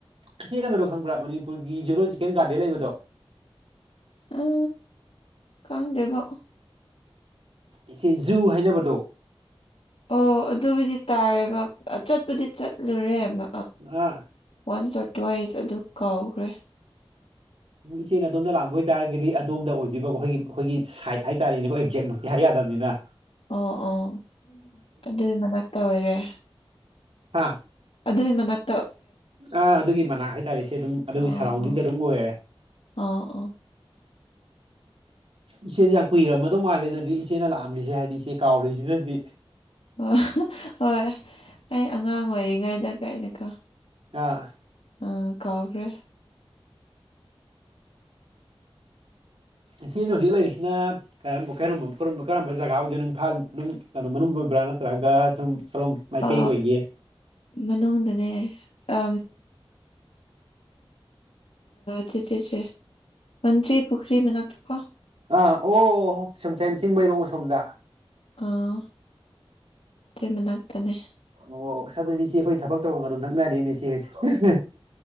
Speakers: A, on the right; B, on the left.
A: ꯏꯆꯦ ꯀꯩꯅꯣꯗꯣ ꯈꯪꯕ꯭ꯔꯥ ꯃꯅꯤꯄꯨꯔꯒꯤ ꯖꯨꯂꯣꯖꯤꯀꯦꯜ ꯒꯥꯔꯗꯦꯟ ꯂꯩꯕꯗꯣ
B: ꯎ ꯀꯝꯗꯦꯕꯣ
A: ꯏꯆꯦ ꯖꯨ ꯍꯥꯏꯅꯕꯗꯣ
B: ꯑꯣ ꯑꯗꯨꯕꯨꯗꯤ ꯇꯥꯔꯦꯕ ꯆꯠꯄꯨꯗꯤ ꯆꯠꯂꯨꯔꯦꯕ
A: ꯑ
B: ꯋꯥꯟꯁ ꯑꯣꯔ ꯇ꯭ꯋꯥꯏꯁ ꯑꯗꯨ ꯀꯥꯎꯈ꯭ꯔꯦ
A: ꯏꯆꯦꯦꯟ ꯑꯗꯣꯝꯅ ꯂꯥꯛꯝꯕ ꯑꯣꯏꯇꯥꯔꯒꯗꯤ ꯑꯣꯝ ꯑꯣꯏꯗꯣꯏꯔꯤꯕ ꯑꯩꯈꯣꯏꯒꯤ ꯑꯩꯈꯣꯏꯒꯤ ꯁꯥꯏꯠ ꯍꯥꯏꯇꯥꯔꯦꯅꯦꯈꯣꯏ ꯑꯦꯛꯖꯦꯛꯃꯨꯛꯇꯤ ꯍꯥꯏ ꯌꯥꯗꯕꯅꯤꯅ
B: ꯑꯣ ꯑꯣ ꯑꯗꯨꯏ ꯃꯛꯇ ꯑꯣꯏꯔꯦ
A: ꯍꯥꯥ
B: ꯑꯗꯨ ꯃꯅꯥꯛ
A: ꯑꯥ ꯑꯗꯨꯒꯤ ꯃꯅꯥꯛ ꯍꯥꯏꯇꯥꯔꯦꯁꯦ ꯑꯗꯨꯝ ꯑꯗꯨꯒꯤ
B: ꯑꯣ
A: ꯁꯔꯥꯎꯟꯗꯤꯡꯗ
B: ꯑꯣ
A: ꯑꯗꯨꯝ ꯑꯣꯏꯔꯦ
B: ꯑꯣ ꯑꯣ
A: ꯏꯆꯦꯁꯦ ꯌꯥꯝ ꯀꯨꯏꯔꯝꯃꯗꯧ ꯃꯥꯜꯂꯦ ꯑꯗꯨꯗꯤ ꯏꯆꯦꯅ ꯂꯥꯛꯑꯝꯃꯤꯁꯦ ꯍꯥꯏꯗꯤ ꯏꯆꯦ ꯀꯥꯎꯔꯤꯁꯤꯅꯗꯤ
B: ꯑꯣ ꯍꯣꯏ ꯑꯩ ꯑꯉꯥꯡ ꯑꯣꯏꯔꯤꯉꯩꯗ ꯀꯩꯅꯣꯀꯣ
A: ꯑ
B: ꯑ ꯀꯥꯎꯈꯔꯦ
A: ꯢꯆꯦꯅ ꯍꯧꯖꯤꯛ ꯂꯩꯔꯤꯁꯤꯅ ꯀꯔꯝꯕ ꯀꯔꯝꯕ ꯀꯔꯝꯕ ꯖꯒꯥ ꯑꯣꯏꯗꯅꯣ ꯏꯝꯐꯥꯜ ꯀꯩꯅꯣ ꯃꯅꯨꯡꯗ ꯑꯣꯏꯕ꯭ꯔꯥ ꯅꯠꯇ꯭ꯔꯒ ꯁꯨꯝ ꯃꯥꯏꯀꯩ
B: ꯑ
A: ꯑꯣꯏꯒꯦ
B: ꯃꯅꯨꯡꯗꯅꯦ ꯑ ꯆꯦ ꯆꯦꯆꯦ ꯃꯟꯇ꯭ꯔꯤ ꯄꯨꯈ꯭ꯔꯤ ꯃꯅꯥꯛꯇꯀꯣ
A: ꯑꯥ ꯑꯣ ꯁꯨꯝꯆꯥꯏ ꯆꯤꯡꯃꯩꯔꯣꯡ ꯑꯁꯣꯝꯗ
B: ꯑꯥ ꯑꯗꯨꯢ ꯃꯅꯥꯛꯇꯅꯦ
A: ꯑꯣ ꯑꯗꯨ ꯏꯆꯦ ꯑꯩꯈꯣꯏ ꯊꯕꯛ ꯇꯧꯕꯝꯒ ꯑꯗꯨꯝ ꯅꯛꯅꯔꯦꯅꯦ ꯢꯆꯦ ꯑꯩꯈꯣꯏꯁꯦ